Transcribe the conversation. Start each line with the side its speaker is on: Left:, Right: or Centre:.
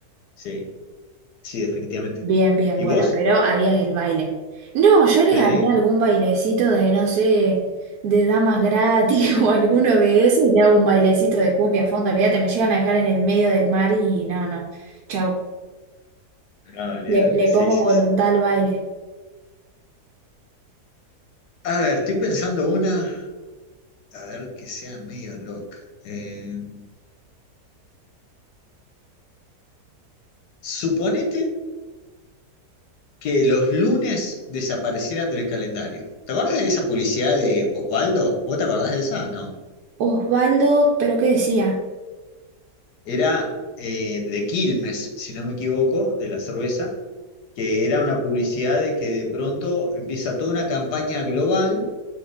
Left: sí. Sí, definitivamente.
Right: Bien, bien,
Left: ¿Y
Right: bueno,
Left: vos?
Right: pero harías el baile. No, yo le
Left: Sí,
Right: haría algún bailecito de, no sé, de damas gratis <laughs> o alguno de esos y le hago un bailecito de cumbia a fondo. Olvídate, me llegan a dejar en el medio del mar y no, no. Chau.
Left: no, olvídate,
Right: Le, le
Left: sí,
Right: pongo
Left: sí,
Right: voluntad
Left: sí.
Right: al baile.
Left: A ver, estoy pensando una, a ver que sea medio loca. Eh, suponete que los lunes desaparecieran del calendario. ¿Te acordás de esa publicidad de Osvaldo? ¿Vos te acordás de esa? No.
Right: Osvaldo, ¿pero qué decía?
Left: Era eh, de Quilmes, si no me equivoco, de la cerveza, que era una publicidad de que de pronto empieza toda una campaña global.